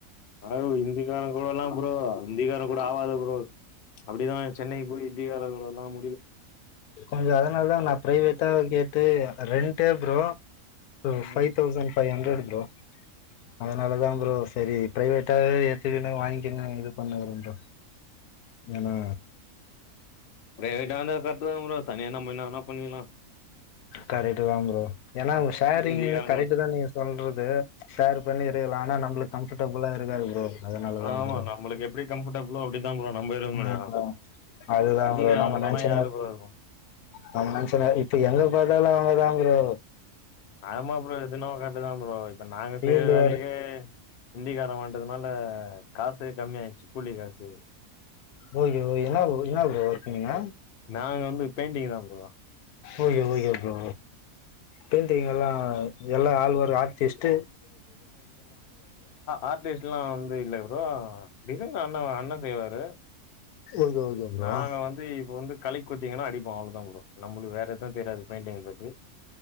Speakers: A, on the left; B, on the left.
A: ஒவ் ஹிந்தி காரங் கூட எல்லாம் ப்ரோ இந்திகார கூட ஆவது ப்ரோ அப்டிதான் சென்னைக்கி போய் ஹிந்திகார குடுடலாம்
B: கொஞ்சம் அதனால தான் நான பிரைவேட்டா கே ட்டு ரெண்டே ப்ரோ ஓ
A: ம்
B: five thousand five hundred bro அதனாலதான் ப்ரோ செரி பிரைவேட்டாவே ஏத்துக்கு வாங்கிக்குனு இது பண்ணுங்கறோன் ப்ரோ ஏன்னா
A: லேட்டானது கரெக்ட் தான் ப்ரோ தனிய நம்ப என்ன வேணா பண்ணிகலாம்
B: கரெக்ட் தான் ப்ரோ ஏன்னா ஷேரிங்ன்னு
A: ஹிந்திக்காரங்க
B: கரெக்ட் தான் நீங்க சொல்றது ஷேர் பண்ணி இருகால ஆனா நம்மளுக்கு கம்பபர்டபுளா இருக்காது ப்ரோ அதனால தான்
A: ஆமா
B: ப்ரோ
A: நமளுக்கு எப்டி கம்ஃபர்டபிளோ அப்டி தான் ப்ரோ நம்ம இருக்க முடியு
B: ஆ அதுதான்
A: ஹிந்திக்காரங்க
B: ப்ரோ நம்ம
A: கூடல்லா
B: நச்சன
A: யாரு ப்ரோ இருக்கு
B: நம்ம நச்சன இப்ப எங்க பாத்தாலும் இப்பதாபிரோ
A: ஆமா ப்ரோ அதுனாவோ கர்ட் இதான் ப்ரோ இப்ப நாங்க
B: ஃபீல்டு
A: செய்யற வேலக்கே
B: வேற
A: ஹிந்திக்காரன் வாட்டதுனால காசு கம்மிய ஆயிடுச்சு கூலி காசு
B: ஓய ய் என்னா என்ன ஒர்க பண்ணீங்க
A: நாங்க வந்து பெயிண்டிங் தான் bro
B: okay okay bro painting எல்லாம் எல்லா ஆழ்வ ஆர்டிஸ்ட்
A: ஆர்டிஸ்ட் எல்லாம் வந்து இல்ல ப்ரோ டிசைன் அண்ண அண்ணன் செய்வாரு
B: ஓகே ஓகே ப்ரோ
A: நாங்க வந்து இப்ப வந்து கலக்கி குத்தீங்கன்னா அடிப்ப அவளதான் ப்ரோ நம்மளுக்கு வேற எதுவும் தெரியாது பெயிண்டி பத்தி